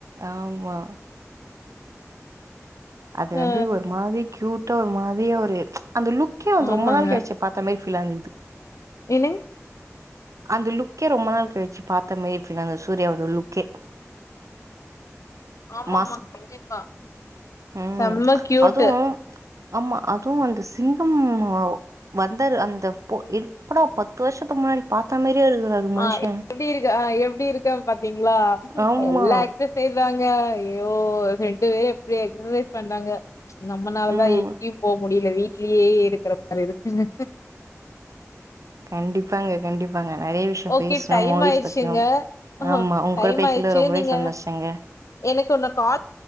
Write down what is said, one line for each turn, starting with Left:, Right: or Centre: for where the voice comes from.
Right: ஆமா அது வந்து
Left: ஆ
Right: ஒரு மாதிரி கியூட் ட்டா ஒரு மாதிரியா ஒரு அந்த லுக்கே வந்து
Left: ஆமாங்க
Right: ரொம்ப நாள் கழிச்சி பாத்த மாதிரி பிலாந்தது
Left: என்னங்க
Right: அந்த லுக்கே ரொம்ப நாள் கழிச்சு பாத்த மாதிரி ஃபிலந்தது சூர்யாவோட லுக்கே
Left: ஆமா
Right: மாஸ்
Left: ஆமா கண்டிப்பா
Right: ம்
Left: செம்ம கியூட்டு
Right: அதுவு ஆமா அதுவு அந்த சிங்கம் வந்தாரு அந்த எப்படா பத்து வருஷத்துக்கு முன்னாடி பாத்தா மாரியே இருக்குறாரு மனுஷன்
Left: ஆஹ் எப்டி இருக்கார் அ எப்டி இருக்கார் பாத்தீங்களா
Right: ஆமா
Left: எல்லா ஆக்டர்ஸே இதாங்க ஐயோ ரெண்டு பேரு எப்டி எக்சசைஸ் பண்றாங்க நம்மளால
Right: ம்
Left: தா எங்கியு போ முடியல வீட்லயே இருக்கற மாரி இருக்குங்க
Right: கண்டிப்பாங்க கண்டிப்பாங்க நெறைய விஷயம்
Left: ஓகே
Right: பேசுனோம்
Left: டைம்
Right: மூவிஸ்
Left: ஆய்ருச்சுங்க
Right: பத்தியும்
Left: ஆஹ்
Right: ஆமா உங்க
Left: டைம்
Right: கூட பேசல
Left: ஆயிருச்சுல
Right: ரொம்பவே
Left: நீங்க
Right: சந்தோஷங்க
Left: எனக்கென்ன கால்